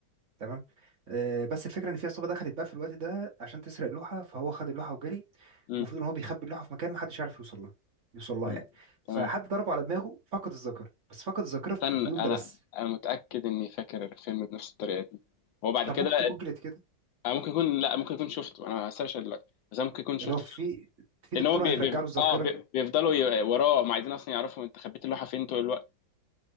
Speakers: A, on the right; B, on the left.
A: تمام آه بس الفكره ان في عصابه دخلت بقى في الوقت ده عشان تسرق اللوحه فهو خد اللوحه وجري
B: امم
A: المفروض ان هو بيخبي اللوحه في مكان محدش يعرف يوصل لها يوصل لها
B: تمام
A: يعني
B: تمام
A: فحد ضربه على دماغه فقد الذاكره بس فقد الذاكره في
B: استنى
A: اليوم
B: انا
A: ده بس
B: انا متاكد اني فاكر الفيلم بنفس الطريقه دي هو بعد
A: طب
B: كده
A: ممكن تجوجلت كده
B: انا ممكن يكون لا ممكن يكون شفته انا هسيرش دلوقتي بس انا ممكن يكون شفته
A: اللي هو في في
B: لان
A: دكتوره
B: هو بي...
A: هترجع
B: بي...
A: له الذاكره
B: اه بي... بيفضلوا ي... وراه ما عايزين اصلا يعرفوا انت خبيت اللوحه فين طول الوقت